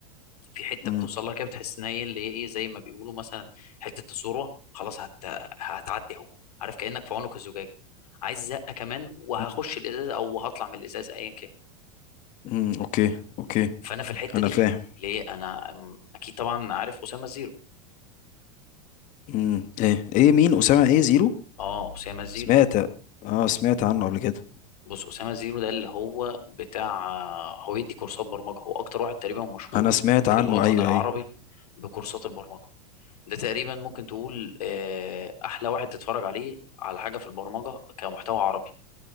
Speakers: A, on the left; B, on the left.
A: في حتة
B: مم.
A: بتوصل لها كده بتحس إن هي اللي هي إيه زي ما بيقولوا مثلا حتة الثروة خلاص هت... هتعدي أهو عارف كأنك في عنق الزجاجة عايز زقة كمان وهخش
B: مم.
A: الإزاز أو هطلع من الإزاز أيا كان
B: مم. اوكي اوكي
A: فانا في الحته
B: انا
A: دي
B: فاهم
A: ليه انا أم- اكيد طبعا عارف اسامه زيرو
B: مم. ايه ايه مين اسامه ايه زيرو
A: اه اسامه زيرو
B: سمعت اه سمعت عنه قبل كده
A: بص اسامه زيرو ده اللي هو بتاع هو يدي كورسات برمجه هو اكتر واحد تقريبا مشهور
B: انا سمعت
A: في
B: عنه
A: الوطن
B: ايوه
A: العربي
B: ايوه
A: بكورسات البرمجه ده تقريبا ممكن تقول آه، احلى واحد تتفرج عليه على حاجه في البرمجه كمحتوى عربي